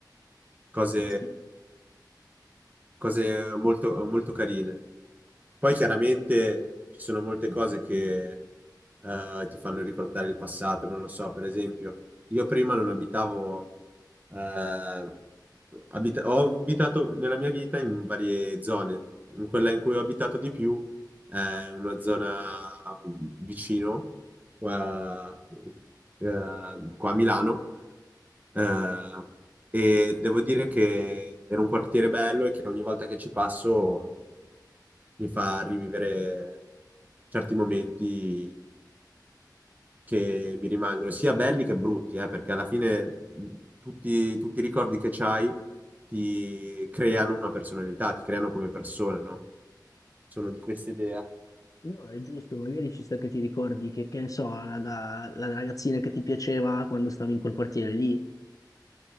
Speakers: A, on the right; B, on the left.
A: cose,
B: Sì.
A: cose molto, molto carine. Poi chiaramente ci sono molte cose che eh, ti fanno ricordare il passato, non lo so, per esempio, io prima non abitavo, eh, abita- ho abitato nella mia vita in varie zone, in quella in cui ho abitato di più è una zona vicino, qua, eh, qua a Milano, eh, e devo dire che era un quartiere bello e che ogni volta che ci passo mi mi fa rivivere certi momenti che mi rimangono, sia belli che brutti, eh, perché alla fine mh, tutti, tutti i ricordi che c'hai ti creano una personalità, ti creano come persona, no? Sono di questa idea.
B: No, è giusto, magari ci sta che ti ricordi che, che ne so, la, la- la ragazzina che ti piaceva quando stavi in quel quartiere lì,